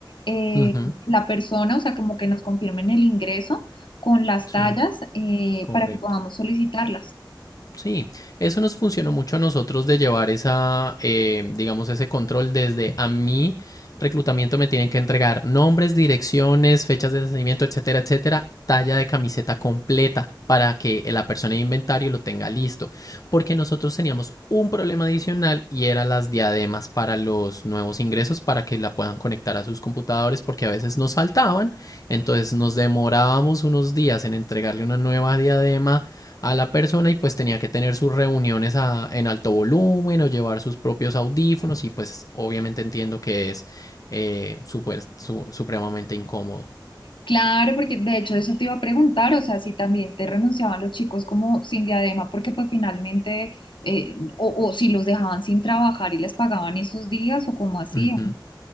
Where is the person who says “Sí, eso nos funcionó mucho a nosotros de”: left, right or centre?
Left